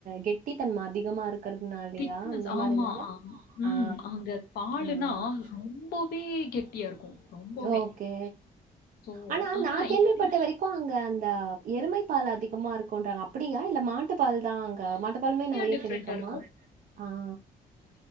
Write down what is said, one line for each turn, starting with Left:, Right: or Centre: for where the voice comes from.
Right: கெட்டித்தன்ம அதிகமாருக் கறதுனாலயா
Left: திக்னஸ்
Right: அந்த
Left: ஆமா.
Right: மாரியெதாதா
Left: ஆமா. ம்.
Right: ஆ
Left: அங்க பாலுன்னா
Right: ம்
Left: ரொம்பவே கெட்டியா இருக்கும். ரொம்பவே.
Right: ஓகே
Left: ஸோ
Right: ஆனா நா கேள்விப்பட்ட
Left: எப்படி
Right: வரைக்கு அங்க அந்த எருமை பால் அதிகமா இருக்குன்றாங்க அப்டியா இல்ல மாட்டுப்பால் தா அங்க மாட்டுப்பாலுமே நெறைய
Left: டிஃபரெண்ட்டா
Right: கிடைக்குமா
Left: இருக்கும்.
Right: ஆ